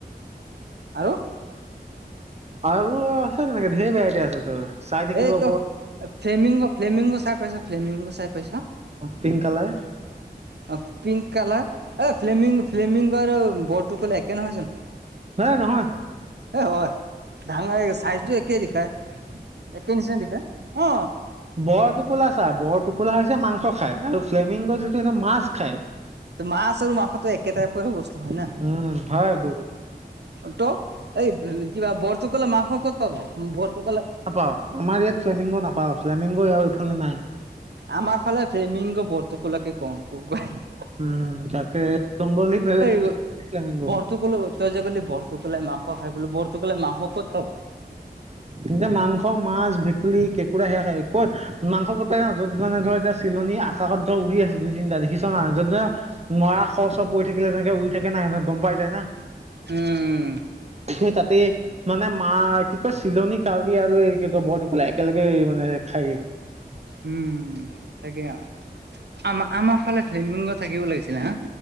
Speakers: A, on the right; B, on the right.
A: আৰু
B: আৰু আছে তেনেকে ঢেৰ ভেৰাইটি আছে তোৰ চাই থাকিব
A: এই
B: ওপৰ
A: ত ফ্লেমিংগ- ফ্লেমিংগ চাই পাইছা ফ্লেমিংগ চাই পাইছা?
B: পিংক কালাৰ
A: অ, পিংক কালাৰ এ ফ্লেমিং-ফ্লেমিংগ আৰু বৰটোকোলা একে নহয় জানো?
B: হে নহয়।
A: এ হয় ধাঙাই এই চাইজটো একেই দিখাই। এক নিচিনা দেখে অ।
B: বৰটোকোলা চা বৰটোকোলা হৈছে মাংস খায় আৰু ফ্লেমিংগ যিটো সিটো মাছ খায়।
A: তে মাছ আৰু মাংসটো একে টাইপৰে বস্তু হয় না?
B: উম হয় গৰু
A: অ, ত'এই কিবা বৰটোকোলা মাংস ক'ত পাব? বৰটোকোলা
B: নাপাওঁ আমাৰ ইয়াত ফ্লেমিংগ নাপাওঁ ফ্লেমিংগ ইয়াৰ এইফালে নাই।
A: আমাৰ ফালে ফ্লেমিংগ বৰটোকোলাকে কও- কও <unintelligible>
B: উম, তাকে জংঘলি <unintelligible>
A: এই
B: ফ্লেমিংগ।
A: <unintelligible> তই যে কলি বৰটোকোলাই মাংস খাই বুলি বৰটোকোলাই মাংস ক'ত পাব?
B: এন্তে মাংস, মাছ, ভেকুলী, কেঁকুৰা সেয়া খাই ক'ত মাংস কটই না য'ত মানে ধৰ এতিয়া চিলনী আকাশত ধৰা উৰি আছে দুই, তিনিটা দেখিছ নাই য'ত ধৰা মৰা শ চ পৰি থাকিলে তেনেকে উৰি থাকে না <unintelligible> গম পাই যায় না
A: উম
B: সেই তাতে মানে মা কি কচ চিলনী, কাউৰী আৰু এই কি কয় বৰটোকোলাই একেলগে মানে খাইগে।
A: উম, তাকে আৰ আমা -আমাৰ ফালে ফ্লেমিংগ থাকিব লাগিছিলে হা।